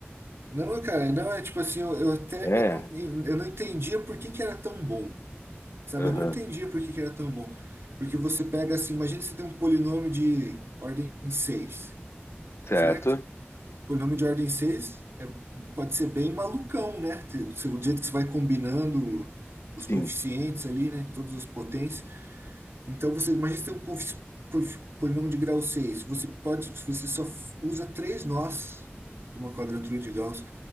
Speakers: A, on the right; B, on the left.
A: Não, cara, não é tipo assim, eu, eu até
B: É,
A: não, eu não entendia por que que era tão bom, sabe?
B: aham,
A: Eu não entendia por que que era tão bom. Porque você pega assim, imagina você tem um polinômio de ordem 6,
B: certo?
A: certo? por nome de ordem 6 é, pode ser bem malucão, né? Te- O jeito que você vai combinando os coeficientes
B: Sim,
A: ali, né? Todas as potências. Então, você imagina você tem um confi- confi- polinômio de grau seis Você pode, você só f- usa três nós de uma quadratura de Gauss